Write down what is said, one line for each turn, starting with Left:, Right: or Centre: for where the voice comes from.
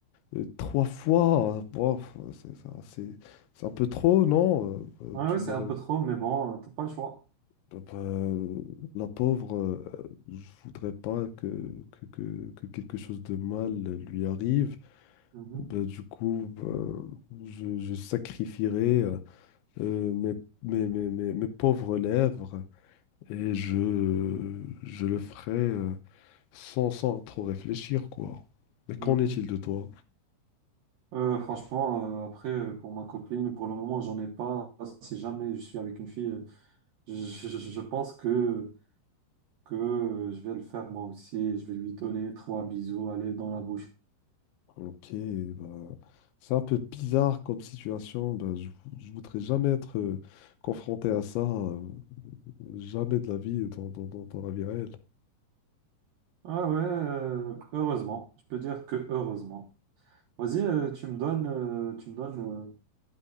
Left: Euh, trois fois, euh, bof, euh, c'est ça- c'est- assez- c'est un peu trop, non? Euh, euh,
Right: Ouais,
Left: tu
Right: ouais, c'est
Left: m'aurais.
Right: un peu trop, mais bon, euh, t'as pas le choix.
Left: Bah, bah, euh, la pauvre, euh, euh, je voudrais pas que, que, que- que quelque chose de mal lui arrive.
Right: Mhm,
Left: Bah, du coup, bah, je, je sacrifierai euh, euh, mes, mes, mes, mes- mes pauvres lèvres et je, je le ferai euh, sans, sans trop réfléchir, quoi. Mais qu'en
Right: mhm.
Left: est-il de toi?
Right: Euh, franchement, euh, après, euh, pour ma copine, pour le moment, j'en ai pas. Si jamais je suis avec une fille, euh, je, je- je pense que, que euh, je vais le faire moi aussi. Je vais lui donner trois bisous, aller dans la bouche.
Left: Ok, bah, c'est un peu bizarre comme situation. Bah, je, je voudrais jamais être euh, confronté à ça, euh, jamais de la vie dans, dans- dans- dans la vie réelle.
Right: Ah ouais, euh, heureusement. Je peux dire que heureusement. Vas-y, euh, tu me donnes, euh, tu me donnes, euh,